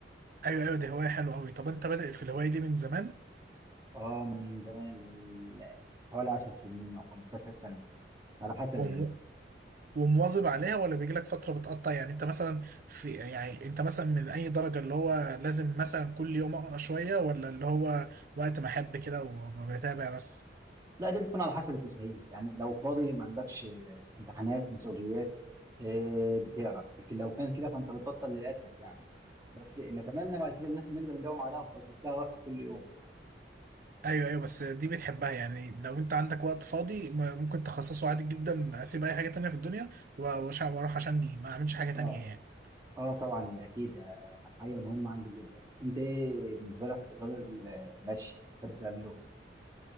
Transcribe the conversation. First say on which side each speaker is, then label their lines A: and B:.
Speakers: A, on the right (about 50°); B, on the right (about 20°).
A: ايوه ايوه دي هواية حلوة قوي طب انت بادئ في الهواية دي من زمان
B: اه من زمان من حوالي 10 سنين أو 15 سنة على حسب
A: وم-
B: يعني
A: ومواظب عليها ولا بيجيلك فترة بتقطع يعني انت مثلا في يعني انت مثلا من اي درجة اللي هو لازم مثلا كل يوم اقرا شوية ولا اللي هو وقت ما احب كده وبتابع بس
B: لا دي بتكون على حسب التسهيل يعني لو فاضي ما عندكش امتحانات مسؤوليات آه، بتقرا لكن لو كان كده فانت بتبطل للاسف يعني بس نتمنى بعد كده ان احنا نقدر نداوم عليها ونخصص لها وقت كل يوم
A: ايوه ايوه بس دي بتحبها يعني لو انت عندك وقت فاضي م- ممكن تخصصه عادي جدا اسيب اي حاجه تانية في الدنيا و- وأش- واروح عشان دي ما اعملش حاجه تانية
B: اه
A: يعني
B: اه طبعا اكيد آه، حاجه مهمه عندي جدا انت ايه بالنسبه لك غير المشي بتحب تعمله